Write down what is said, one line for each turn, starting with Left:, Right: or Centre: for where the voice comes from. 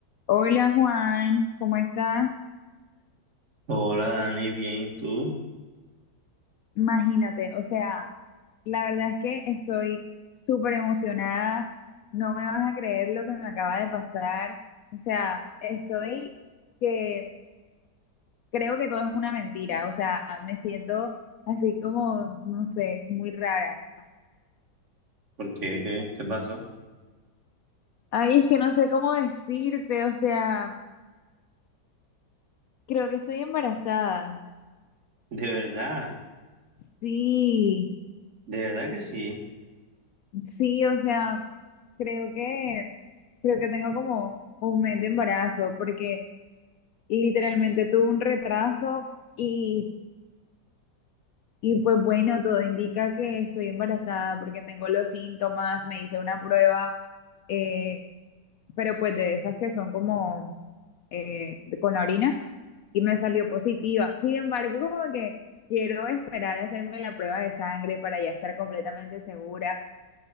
Left: Hola Juan, ¿cómo estás?
Right: Hola Dani, bien, ¿y tú?
Left: Imagínate, o sea, la verdad es que estoy súper emocionada, no me vas a creer lo que me acaba de pasar, o sea, estoy que creo que todo es una mentira, o sea, me siento así como, no sé, muy rara.
Right: ¿Por qué? ¿Qué, qué pasó?
Left: Ay, es que no sé cómo decirte, o sea, creo que estoy embarazada.
Right: De verdad,
Left: Sí.
Right: de verdad que sí.
Left: Sí, o sea, creo que creo que tengo como un mes de embarazo porque literalmente tuve un retraso y, y pues bueno, todo indica que estoy embarazada porque tengo los síntomas, me hice una prueba, eh, pero pues de esas que son como eh, de- con la orina y me salió positiva. Sin embargo, como que quiero esperar a hacerme la prueba de sangre para ya estar completamente segura